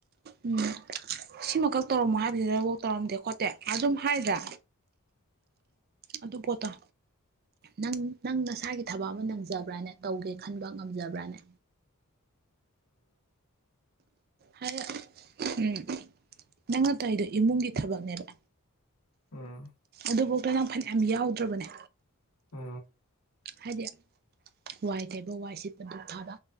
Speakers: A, on the right; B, on the left.
A: ꯎꯝ ꯁꯤꯃꯈꯛ ꯇꯧꯔꯝꯃꯣ ꯍꯥꯏꯕꯁꯤꯗꯐꯥꯎ ꯇꯧꯔꯝꯗꯦ ꯈꯣꯠꯇꯦ ꯑꯗꯨꯝ ꯍꯥꯏꯗ꯭ꯔꯥ ꯑꯗꯨ ꯄꯣꯠꯇ
B: <unintelligible>
A: ꯅꯪ ꯅꯪ ꯅꯁꯥꯒꯤ ꯊꯕꯛ ꯑꯃ ꯅꯪꯖꯕ꯭ꯔꯥꯅꯦ ꯇꯧꯒꯦ ꯈꯟꯕ ꯉꯝꯖꯕ꯭ꯔꯥꯅꯦ ꯍꯥꯏ ꯎꯝ ꯅꯪ ꯑꯇꯥꯏꯗꯣ ꯏꯃꯨꯡꯒꯤ ꯊꯕꯛꯅꯦꯕ
B: ꯑꯝ
A: ꯑꯗꯨꯐꯥꯎꯗꯣ ꯅꯪ ꯐꯅ ꯌꯥꯝ ꯌꯥꯎꯗ꯭ꯔꯕꯅꯦ
B: ꯑ
A: ꯍꯥꯏꯗꯤ ꯋꯥꯏ ꯊꯩꯕ ꯋꯥꯏꯁꯤ ꯄꯟꯗꯨ ꯊꯥꯕ